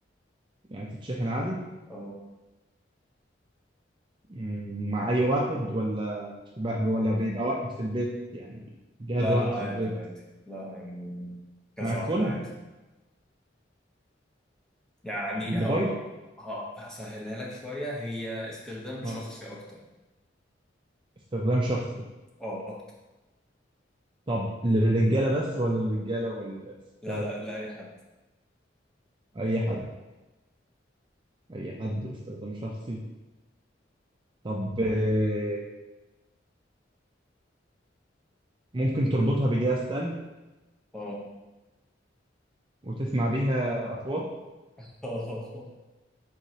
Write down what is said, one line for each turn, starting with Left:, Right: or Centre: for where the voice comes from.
Right: يعني تتشحن عادي
Centre: اه
Right: مم، مع أي واحد ولا ولا بيبقى واحد في البيت يعني جهاز
Centre: لا
Right: واحد
Centre: لا عادي
Right: في البيت
Centre: عادي لا يعني كذا
Right: مع الكل
Centre: واحده عادي يعني ه...
Right: موبايل
Centre: ه... هسهلها لك شويه هي استخدام شخصي
Right: اه
Centre: اكتر
Right: استخدام شخصي
Centre: اه اكتر
Right: طب للرجاله بس ولا للرجاله والستات
Centre: لا لا لا اي حد
Right: اي حد اي حد واستخدام شخصي طب آه، ممكن تربطها بجهاز تاني
Centre: اه
Right: وتسمع بيها اصوات
Centre: <laughs>